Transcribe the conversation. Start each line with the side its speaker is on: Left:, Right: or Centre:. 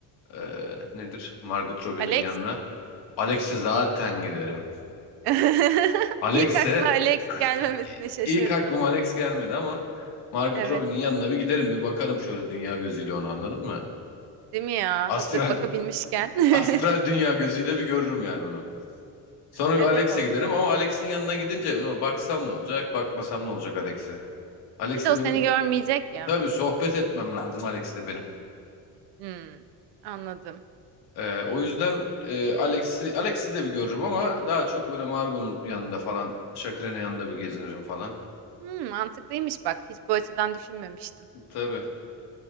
Left: e, nedir? Margot Robbie'nin
Right: Alex
Left: yanına.
Right: mi?
Left: Alex'i zaten giderim.
Right: <laughs>
Left: Alex'e
Right: İlk aklına Alex
Left: <laughs>
Right: gelmemesine şaşırdım.
Left: ilk aklıma Alex gelmedi ama Margot
Right: Evet.
Left: Robbie'nin yanına bir giderim bir bakarım şöyle dünya gözüyle onu anladın mı?
Right: Değil mi ya?
Left: Astral
Right: Hazır bakabilmişken. <laughs>
Left: astral dünya gözüyle bir görürüm yani onu. Sonra
Right: Evet
Left: bir Alex'e
Right: aslında.
Left: giderim ama Alex'in yanına gidince baksam ne olacak, bakmasam ne olacak Alex'e? Alex'le
Right: Bir de
Left: benim
Right: o seni görmeyecek ya.
Left: tabii sohbet etmem lazım Alex'le benim.
Right: Hmm, anladım.
Left: Ee, o yüzden e, Alex'i Alex'i de bir görürüm ama daha çok böyle Margot'un yanında falan, Shakira'nın yanında bir gezinirim falan.
Right: Hmm, mantıklıymış bak. Hiç bu açıdan düşünmemiştim.
Left: Tabii.